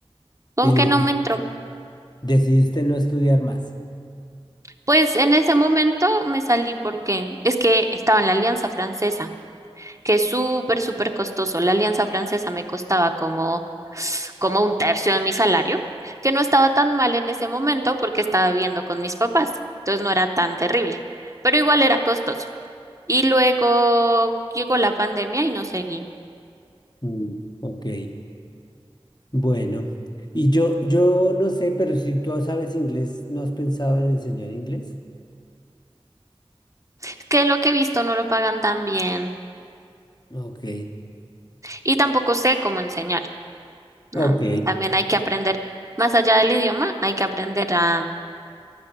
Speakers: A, on the right; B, on the left.
A: Como
B: Y
A: que
B: deci-
A: no me entró.
B: decidiste no estudiar más.
A: Pues en ese momento me salí porque es que estaba en la Alianza Francesa. que es súper, súper costoso. La Alianza Francesa me costaba como, como un tercio de mi salario, que no estaba tan mal en ese momento porque estaba viviendo con mis papás, entonces no era tan terrible, pero igual era costoso. Y luego llegó la pandemia y no seguí.
B: Mm, ok, bueno. Y yo, yo no sé, pero si tú sabes inglés, ¿no has pensado en enseñar inglés?
A: Es que lo que he visto no lo pagan tan bien
B: Ok,
A: y tampoco sé cómo enseñar, ¿no?
B: ok,
A: También hay que aprender, más allá del idioma, hay que aprender a